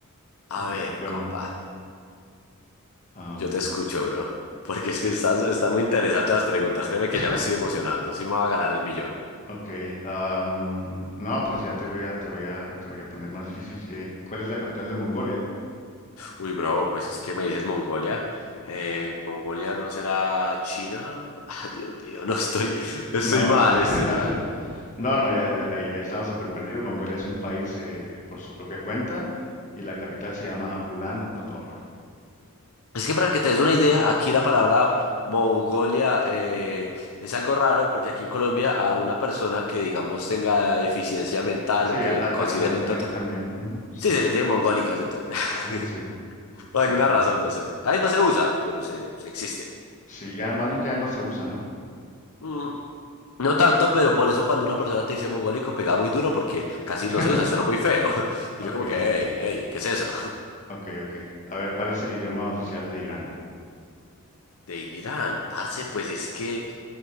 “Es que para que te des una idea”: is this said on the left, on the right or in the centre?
Left